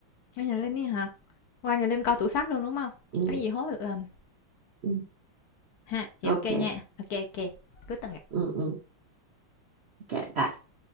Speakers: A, on the left; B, on the right.
A: Qua nhà Linh ấy hả? Qua nhà Linh coi tủ sách luôn, đúng không?
B: Ừ,
A: Có gì hối một lần
B: ừ,
A: ha, vậy
B: ok.
A: ok nha. ok ok ô kê, cuối tuần gặp.
B: Ừ, ừ, ok. bye.